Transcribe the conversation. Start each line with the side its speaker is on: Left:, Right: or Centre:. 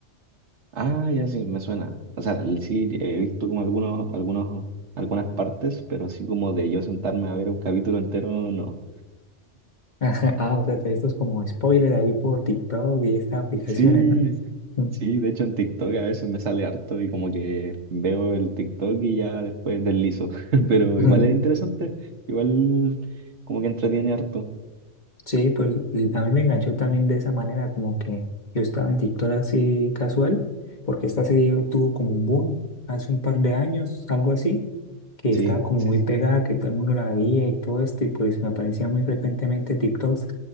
Right: ah, ya sí, me suena. O sea, el- sí, he visto como algunos, algunos, algunas partes, pero así como de yo sentarme a ver un capítulo entero, no.
Left: <laughs> Ah, o sea, te- esto es como spoiler ahí por TikTok y estas aplicaciones,
Right: Sí,
Left: ¿no? Mm.
Right: sí, de hecho en TikTok a veces me sale harto y como que veo el TikTok y ya después deslizo, <laughs> pero
Left: <laughs>
Right: igual es interesante, igual como que entretiene harto.
Left: Sí, pues l- a mí me enganchó también de esa manera, como que yo estaba en TikTok así casual, porque esta serie tuvo como un boom hace un par de años, algo así. que
Right: Sí,
Left: estaba como
Right: sí.
Left: muy pegada, que todo el mundo la veía y todo esto, y pues me aparecía muy frecuentemente TikToks,